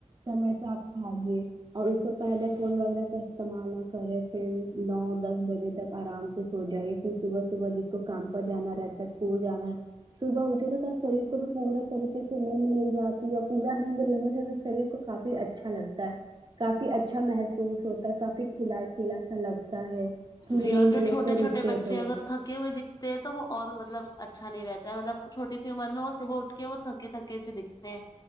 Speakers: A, on the right; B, on the left.
A: سمے پر آپ کھاگے اور اس سے پہلے فون وغیرہ کا استعمال نہ کرے پھر نو دس بجے تک آرام سے ہو جائے پھر صبح صبح جس کو کام پر جانا رہتا ہے اسکول جانا صبح اٹھے تو شریر کو بھی پورا طریقے سے نیند مل جاتی ہے اور پورا نیند لینے سے بھی شریر کو کافی اچھا لگتا ہے کافی اچھا محسوس ہوتا ہے کافی کھلا کلا سا لگتا ہے پوری
B: جی اور
A: نیند
B: جو
A: لیکر
B: چھوٹے چھوٹے
A: اٹھتے
B: بچے
A: ہے تو
B: اگر تھکے ہوئے دکھتے ہیں تو وہ اور مطلب اچھا نہیں رہتا ہے مطلب چھوٹی سی عمر میں وہ صبح اٹھ کے وہ تھکے تھکے سے دکھ ہیں